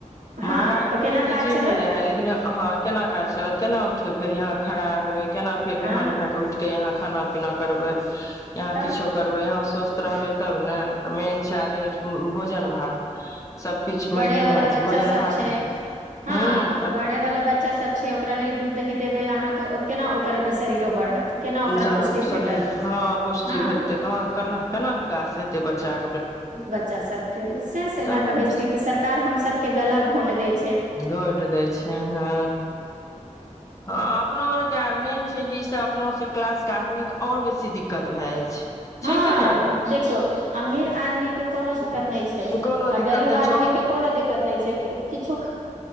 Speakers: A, on the right; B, on the left.
A: हँ,
B: महगाई
A: तऽ
B: रहै
A: केना
B: कि
A: काज
B: जे
A: चलत
B: भी रहै लेकिन हह केना काज चलत केना उठ के फेर यहाँ खड़ा हेवे केना फेर
A: आ
B: बिहान भए क उठ केे यहा खाना पीना करबै यहाँ
A: तब
B: किछो करबै यहाँ स्वस्थ रहबै तब ने मेन छै आदमी भोजन भात सबकिछु
A: बढ़े
B: भोजने
A: वाला
B: भात
A: बच्चा
B: छै भोजन
A: सब
B: भात
A: छै हँ
B: ह
A: बढ़े वाला बच्चा सब छै ओकरा नहि दूध दही देबै अहाँ तऽ केना ओकर शरीरो बढ़त केना ओकरा
B: ज
A: पुष्टि
B: शरीर
A: भेटत
B: हँ पुष्टि
A: हँ
B: भेटतै कहाँ केना केना विकास हेतै बच्चाे
A: बच्चा सभके से सेना
B: तऽ
A: कहै छै कि सरकार हमसभ के गला घोट दै छै
B: घोटि दै छै हँ हँ अपना आरके मेन छै कि इ से अपनासँ क्लास के आदमी के और बेसी दिक्कत भए जाय छै छै
A: हँ
B: कि नहि
A: देखियौ अमीर आदमी कलज दिक्कत नहि छै
B: कोनो
A: आ
B: दिक्कत
A: गरीब
B: नहि
A: आदमी
B: चौक
A: के कोनो दिक्कत नहि छै किछु